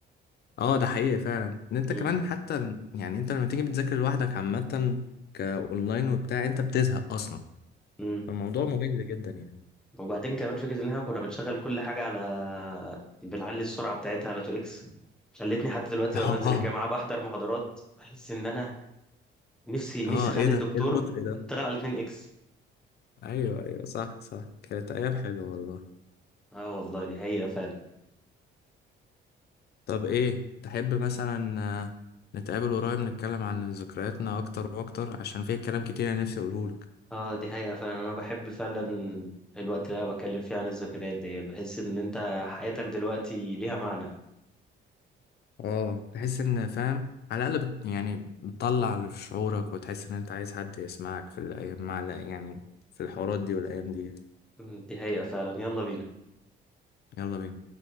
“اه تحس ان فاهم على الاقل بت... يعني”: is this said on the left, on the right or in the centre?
Left